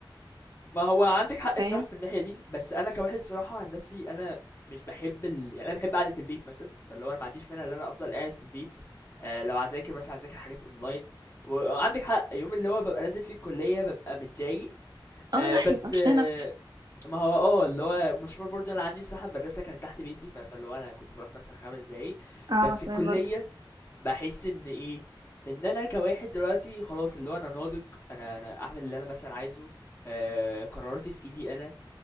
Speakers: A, on the left; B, on the right.
A: ما هو عندك حق
B: فاهم
A: الصراحه في الناحيه دي بس انا كواحد صراحه عن نفسي انا مش بحب ال... يعني انا بحب قعده البيت مثلا فاللي هو انا ما عنديش مانع ان انا افضل قاعد في البيت آه لو هذاكر مثلا هذاكر حاجات اونلاين وعندك حق يوم اللي هو ببقى نازل فيه الكليه ببقى متضايق
B: اه
A: آه
B: الواحد
A: بس
B: بيبقى مش
A: آه
B: طايق نفسه
A: ما هو اه اللي هو مشوار برضه انا عندي الصراحه المدرسه كانت تحت بيتي ف- فاللي هو انا كنت بروح مثلا خمس دقايق
B: اه
A: بس الكليه
B: تمام برضه
A: بحس ان ايه ان انا كواحد دلوقتي خلاص اللي هو انا ناضج انا انا اعمل اللي انا مثلا عايزه آه قراراتي في ايدي انا